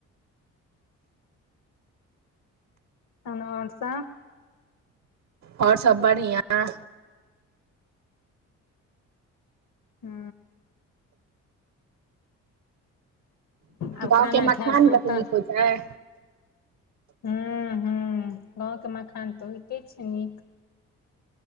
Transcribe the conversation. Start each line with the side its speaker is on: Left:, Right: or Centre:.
Left: तहन ओर सब
Right: आओर सब बढ़िया
Left: हू आब
Right: गाँव
Left: खाना
Right: के मखान
Left: खायब सुतब
Right: कते नीक होय छै
Left: हू हू गाँंवके मखान तऽ होहिते छै नीक